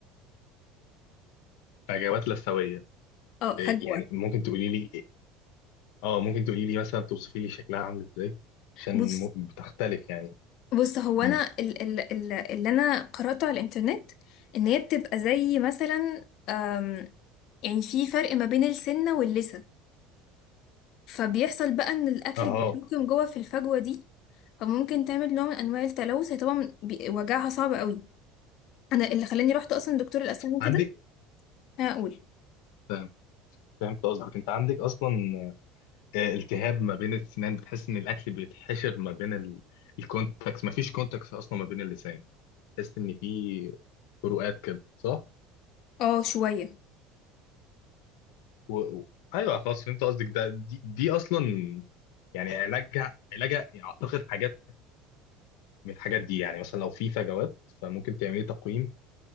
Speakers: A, on the left; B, on the left.
A: فجوات لثويه
B: اه فجوه
A: إيه يعني ممكن تقولي لي إيه؟ اه ممكن تقولي لي مثلا توصفي لي شكلها عامل ازاي عشان
B: بص
A: م- بتختلف يعني
B: بص هو
A: مم.
B: انا ال ال ال اللي انا قراته على الانترنت ان هي بتبقى زي مثلا آم، يعني في فرق ما بين السنه واللثه فبيحصل بقى ان الاكل
A: اه
B: بيتراكم جوه في الفجوه دي فممكن تعمل نوع من انواع التلوث هي طبعا بي- وجعها صعب قوي انا اللي خلاني رحت اصلا دكتور الاسنان
A: عندك
B: كده انا اقول
A: فاهم فهمت قصدك انت عندك اصلا آه، التهاب ما بين السنان بتحس ان الاكل بيتحشر ما بين ال... الكونتاكس ما فيش كونتاكس اصلا ما بين اللسان تحس ان في فروقات كده صح
B: اه شويه
A: و... و... ايوه خلاص فهمت قصدك ده دي, دي اصلا يعني علاجها علاجها اعتقد حاجات من الحاجات دي يعني مثلا لو في فجوات فممكن تعملي تقويم